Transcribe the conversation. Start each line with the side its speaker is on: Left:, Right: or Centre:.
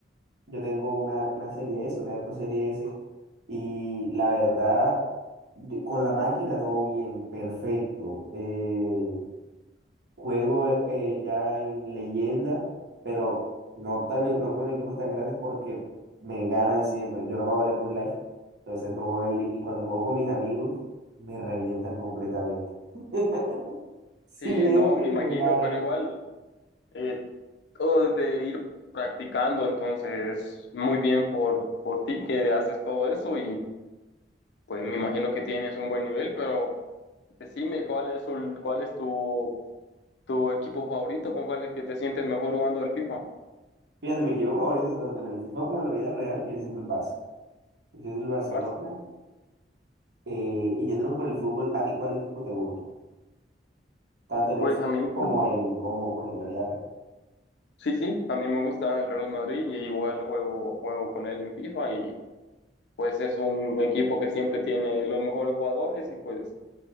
Right: Yo tengo una, una serie S, una Xbox serie S, y la verdad, yo- con la máquina todo bien, perfecto. Eh, juego eh, eh, ya en leyenda, pero no, tan, no con equipos tan grandes porque me ganan siempre. Yo no pago el Xbox Live, entonces no juego en línea y cuando juego con mis amigos me revientan completamente. <laughs> Siempre
Left: Sí, no, me imagino,
Right: me ganan.
Left: pero igual eh, todo de ir practicando, entonces muy bien por, por ti que haces todo eso y pues me imagino que tienes un buen nivel, pero decime cuál es, el- cuál es tu, tu equipo favorito, con cuál es que te sientes mejor jugando el FIFA,
Right: Fíjate, mi equipo favorito tanto en el FIFA como en la vida real viene siendo el Barça. Viene siendo el Barcelona.
Left: Barça.
Right: Eh, y yéndonos por el fútbol, ¿a ti cuál equipo te gusta? Tanto en el
Left: Pues
Right: fútbol
Left: a mí, me
Right: como
Left: gu-
Right: en, como, pues, en la vida real.
Left: sí, sí, a mí me gusta el Real Madrid y igual juego, juego con él en FIFA y pues es un equipo que siempre tiene los mejores jugadores y pues